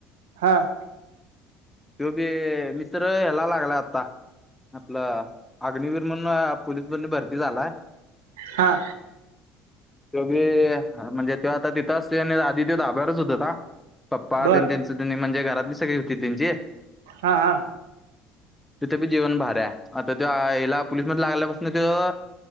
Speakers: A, on the right (about 65°); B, in the centre.
A: हां.
B: तो बी मित्र हेला <unintelligible> आता आपलं अग्नवीर म्हणून पोलीस मध्ये भरती झालाय.
A: हा
B: तो बी म्हणजे आता तिथ असतोय, आणि आधी ते धाब्यावरच होत होता. पप्पा
A: बर
B: त्यांच त म्हणजे घरातली सगळी होती त्यांची.
A: हा हा.
B: तिथे बी जीवन भारीय आता ते ह्यायला पोलीस मध लागल्यापासून त्यो